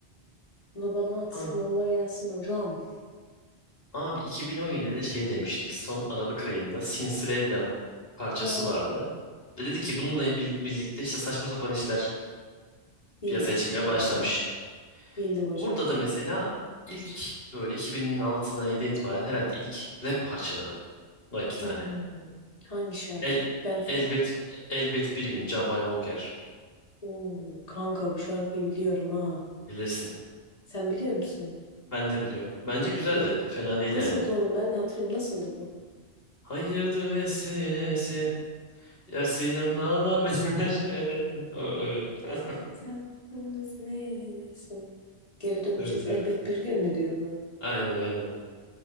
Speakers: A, on the left; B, on the left.
A: Bunu bana at.
B: Ha,
A: Yolla gelsin hocam.
B: Abi 2017'de şey demiştik. Son Aralık ayında Sinsirella parçası
A: Ha,
B: vardı. Ve dedi ki bununla bir, birlikte işte saçma sapan işler
A: bildim.
B: piyasaya çıkmaya
A: Bildim.
B: başlamış.
A: Bildim
B: Burada
A: hocam.
B: da mesela ilk böyle 2006'dan 7'den itibaren herhalde ilk rap parçaları var iki tane.
A: Hmm, Hangi şarkı?
B: El,
A: Ben fe...
B: elbet elbet bir gün Can Bay Volker
A: Oo, kanka bu şarkıyı biliyorum ha.
B: bilirsin.
A: Sen biliyor musun?
B: Ben de biliyorum. Bence güzeldi.
A: Geri...
B: Fena değil
A: Nasıldı
B: yani.
A: oğlum? Ben de hatırlıyorum. Nasıldı bu?
B: Hayırdır vesilesi. Yer sinem dağlar <laughs> benim her neredesin? O- o- <laughs>
A: Sen neredesin? Geri döneceğiz
B: Evet
A: elbet
B: evet.
A: bir gün mü diyordu?
B: Aynen aynen.